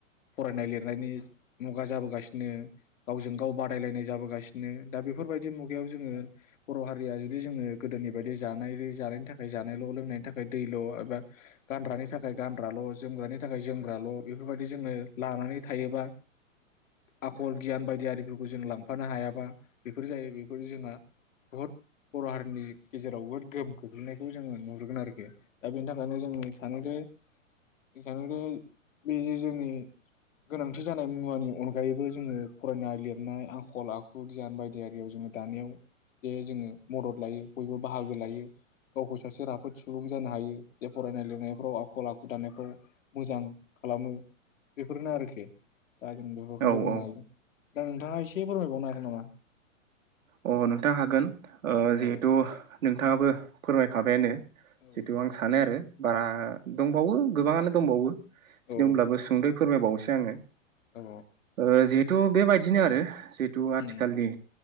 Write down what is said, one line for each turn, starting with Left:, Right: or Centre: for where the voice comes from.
Left: फरायनाय लिरनायनि मुगा जाबोगासिनो, गावजों गाव बादायलायनाय जाबोगासिनो। दा बेफोरबायदि मुगायाव जोङो। बर' हारिया जुदि जोङो गोदोनि बायदि जानाय जानायनि थाखाय जानायल' लोंनायनि थाखाय दैल' एबा गानग्रानि थाखाय गानग्राल' जोमग्रानि थाखाय जोमग्राल' बेफोरबायदि जोङो लानानै थायोबा आखल गियान बायदि आरिफोरखौ जों लांफानो हायाबा बेफोर जायो बेफोर जोंहा बहुद बर' हारिनि गेजेराव बहुत गोहोम खोख्लैनायखौ जोङो नुहुरगोन आरोखि। दा बेनि थाखायनो जोंनि सानो जे <unintelligible> बे जे जोंनि गोनांथि जानाय मुवानि अनगायैबो जोङो फरायनाय लिरनाय आखल आखु गियान बायदि आरियाव जोङो दानायाव जे जोङो मदद लायो। बयबो बाहागो लायो गावखौ सासे राफोद सुबुं जानो हायो जे फरायनाय लिरनायफ्राव आखल आखु दानायफ्राव मोजां खालामो बेफोरनो आरोखि दा जों बेफोरखौनो
Right: औ
Left: बुंनो
Right: औ
Left: हायो। दा नोंथाङा एसे फोरमायबावनो हागोन नामा?
Right: अ नोंथां हागोन ओ जिहेथु
Left: औ
Right: नोंथाङाबो फोरमायखाबायानो
Left: औ
Right: जिहेतु आं सानो आरो बा दंबावो गोबाङानो दंबावो खिनथु
Left: औ
Right: होमब्लाबो सुंद'यै फोरमायबावनोसै एसे आङो।
Left: औ
Right: ओ जि थ' बेबायदिनो आरो जेहुथु
Left: उम
Right: आथिखालनि